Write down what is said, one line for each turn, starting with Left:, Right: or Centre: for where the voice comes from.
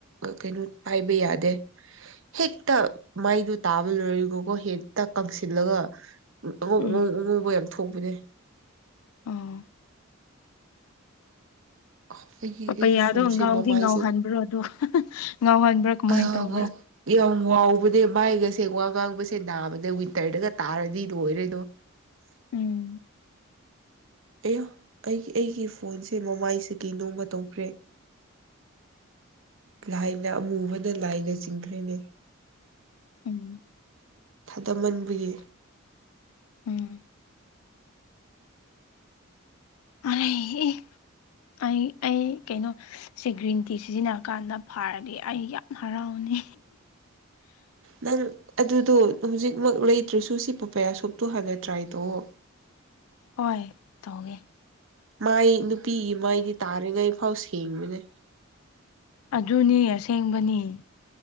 Right: ꯀꯩꯅꯣ ꯄꯥꯏꯕ ꯌꯥꯗꯦ ꯍꯦꯛꯇ ꯃꯥꯏꯗꯨ ꯇꯥꯕ ꯂꯣꯏꯔꯤꯒꯀꯣ ꯍꯦꯛꯇ ꯀꯪꯁꯤꯜꯂꯒ ꯑꯉꯧ
Left: ꯎꯝ
Right: ꯑꯉꯧ ꯑꯉꯧꯕ ꯌꯥꯝ ꯊꯣꯛꯧꯕꯅꯦ
Left: ꯑ
Right: ꯑꯩꯒꯤ
Left: ꯄꯄꯩꯌꯥꯗꯣ
Right: ꯑꯩꯒꯤ ꯐꯣꯟꯁꯦ
Left: ꯉꯥꯎꯗꯤ
Right: ꯃꯃꯥꯏꯁꯦ
Left: ꯉꯥꯎꯍꯟꯕ꯭ꯔꯣ ꯑꯗꯣ ꯉꯥꯎꯍꯟꯕ꯭ꯔꯥ ꯀꯃꯥꯏꯅ
Right: <unintelligible> ꯑꯕꯣ
Left: ꯇꯧꯕ꯭ꯔꯥ
Right: ꯌꯥꯝ ꯋꯥꯎꯕꯅꯦ ꯃꯥꯏꯒꯁꯦ ꯋꯥ ꯉꯥꯡꯕꯁꯦ ꯅꯥꯕꯅꯦ ꯋꯤꯟꯇꯔꯗꯒ ꯇꯥꯔꯗꯤ ꯂꯣꯏꯔꯦꯗꯣ
Left: ꯎꯝ
Right: ꯑꯌꯥ ꯑꯩꯒꯤ ꯑꯩꯒꯤ ꯐꯣꯟꯁꯦ ꯃꯃꯥꯏꯁꯦ ꯀꯩ ꯅꯣꯝꯃ ꯇꯧꯈꯔꯦ ꯂꯥꯏꯅ ꯑꯃꯨꯕꯗ ꯂꯥꯏꯅ ꯆꯤꯡꯈ꯭ꯔꯦꯅꯦ
Left: ꯎꯝ
Right: ꯇꯝꯃꯟꯕꯒꯤ
Left: ꯎꯝ ꯑꯩꯍ‌ꯦ ꯑꯦ ꯑꯩ ꯑꯩ ꯀꯩꯅꯣ ꯁꯦ ꯒ꯭ꯔꯤꯟ ꯇꯤ ꯁꯤꯖꯤꯟꯅ ꯀꯥꯟꯗ ꯐꯥꯔꯗꯤ ꯑꯩ ꯌꯥꯝ ꯍꯔꯥꯎꯅꯤ
Right: ꯅꯪ ꯑꯗꯨꯗꯣ ꯍꯧꯖꯤꯛꯃꯛ ꯂꯩꯇ꯭ꯔꯁꯨ ꯁꯤ ꯄꯄꯌꯥ ꯁꯣꯞꯇꯣ ꯍꯥꯟꯅ ꯇ꯭ꯔꯥꯏ ꯇꯧꯑꯣ
Left: ꯍꯣꯏ ꯇꯧꯋ‌ꯦ
Right: ꯃꯥꯏ ꯅꯨꯄꯤꯒꯤ ꯃꯥꯏꯗꯤ ꯇꯥꯔꯤꯉꯩꯐꯥꯎ ꯁꯦꯡꯕꯅꯦ
Left: ꯑꯗꯨꯅꯤ ꯑꯁꯦꯡꯕꯅꯤ